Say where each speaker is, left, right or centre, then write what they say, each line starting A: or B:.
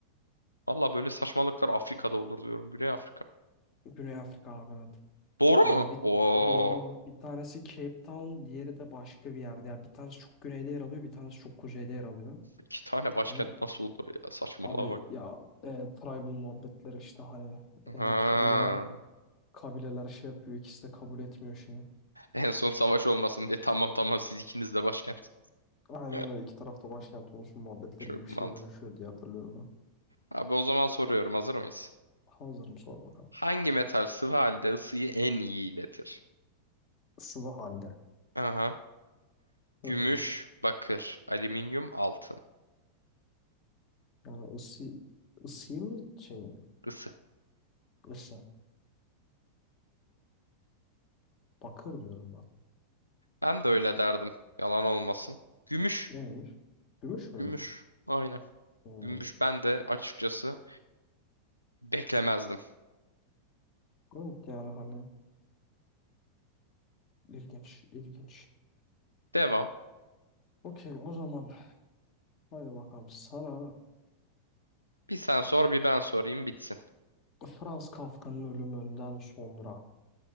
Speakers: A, on the left; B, on the left.
A: Valla böyle saçmalıklar Afrika'da olur diyorum. Güney Afrika.
B: Güney Afrika abi evet.
A: Doğru
B: Ee,
A: mu?
B: bir,
A: Oo,
B: doğru. Bir tanesi Cape Town, diğeri de başka bir yerde. Yani bir tanesi çok güneyde yer alıyor, bir tanesi çok kuzeyde yer alıyor.
A: iki tane başkent
B: Hani
A: nasıl olur ya? Saçmalığa
B: Abi
A: bak.
B: ya e, tribal muhabbetler işte hani e,
A: Ha.
B: kabileler Kabileler şey yapıyor. ikisi de kabul etmiyor şeyi.
A: En son savaş olmasın diye tamam tamam siz ikiniz de başkent.
B: Aynen
A: <laughs>
B: öyle. iki tarafta başkent olsun muhabbetleri
A: Çok
B: gibi bir
A: mantıklı.
B: şeye dönüşüyor diye hatırlıyorum ben.
A: Abi o zaman soruyorum hazır mıyız?
B: Hazırım sor bakalım.
A: Hangi metal sıvı halde ısıyı en iyi iletir?
B: Sıvı halde.
A: Aha.
B: Hı
A: Gümüş,
B: hı.
A: bakır, alüminyum, altın.
B: Yani ısı, ısıyı mı şey mi?
A: Isı.
B: Isı. Bakır diyorum ben.
A: Ben de öyle derdim. Yalan olmasın. Gümüş.
B: Neymiş? Gümüş müymüş?
A: Gümüş. Aynen.
B: Hmm.
A: Gümüş ben de açıkçası beklemezdim.
B: Evet yani hani ilginç ilginç.
A: Devam.
B: Okey o zaman hadi bakalım sana
A: Bir sen sor bir ben sorayım bitsin.
B: Franz Kafka'nın ölümünden sonra